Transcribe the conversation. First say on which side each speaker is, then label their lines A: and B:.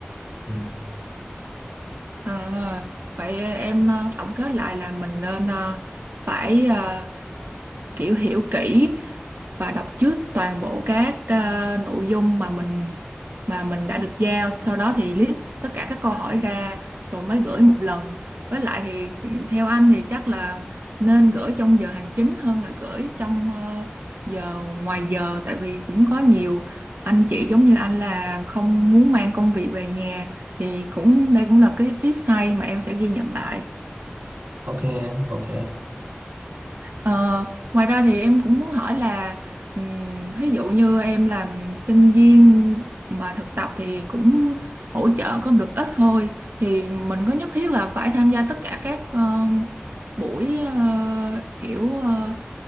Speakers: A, on the right; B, on the right.
A: Ừ.
B: À, vậy em ờ, tổng kết lại là mình nên ờ, phải ờ, kiểu hiểu kỹ và đọc trước toàn bộ các ờ, nội dung mà mình mà mình đã được giao sau đó thì list tất cả các câu hỏi ra rồi mới gửi một lần với lại thì ừ, theo anh thì chắc là nên gửi trong giờ hành chính hơn là gửi trong ờ, giờ ngoài giờ tại vì cũng có nhiều anh chị giống như anh là không muốn mang công việc về nhà thì cũng đây cũng là cái tips hay mà em sẽ ghi nhận lại
A: ok ok
B: Ờ, ngoài ra thì em cũng muốn hỏi là ừm, ví dụ như em làm sinh viên mà thực tập thì cũng hỗ trợ có được ít thôi thì mình có nhất thiết là phải tham gia tất cả các ờ, buổi ờ, kiểu ờ,